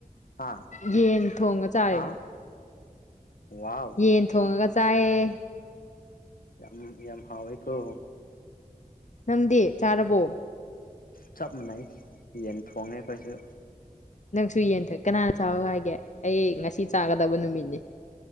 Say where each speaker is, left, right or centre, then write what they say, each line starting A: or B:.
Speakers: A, on the left; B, on the left.
A: ꯍꯥ
B: ꯌꯦꯟ ꯊꯣꯡꯉꯥ ꯆꯥꯔꯦ
A: ꯍꯥ ꯋꯥꯎ
B: ꯌꯦꯟ ꯊꯣꯡꯉꯒ ꯆꯥꯏꯌꯦ
A: ꯌꯥꯝ ꯌꯥꯝ ꯍꯥꯎꯋꯦꯀꯣ
B: ꯅꯪꯗꯤ ꯆꯥꯔꯕꯣ
A: ꯆꯞ ꯃꯥꯟꯅꯩ ꯌꯦ ꯌꯦꯟ ꯊꯣꯡꯉꯦ ꯑꯩꯈꯣꯏꯁꯨ
B: ꯅꯪꯁꯨ ꯌꯦꯟ ꯊꯣꯏ ꯀꯅꯥꯅ ꯆꯥꯎ ꯍꯥꯏꯒꯦ ꯑꯩ ꯉꯁꯤ ꯆꯥꯒꯗꯕ ꯅꯨꯃꯤꯠꯅꯤ